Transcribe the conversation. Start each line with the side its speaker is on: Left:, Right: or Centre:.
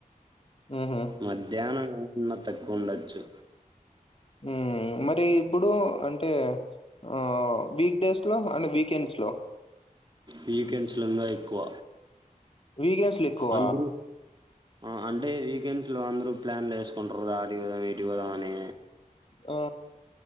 Left: హుహు.
Right: మధ్యాహ్నం ఏమన్నా తక్కువ ఉండొచ్చు
Left: ఉం మరి ఇప్పుడు అంటే ఆ వీక్ డేస్ లో అండ్ వీకెండ్స్ లో
Right: వీకెండ్స్ లో ఇంగ ఎక్కువ
Left: వీకెండ్స్ లో ఎక్కువ
Right: అందరూ అంటే వీకెండ్స్లో అందరూ ప్లాన్లు వేసుకుంటరుదా ఆటి పోదాం ఇటీ పోదాం అని
Left: ఆ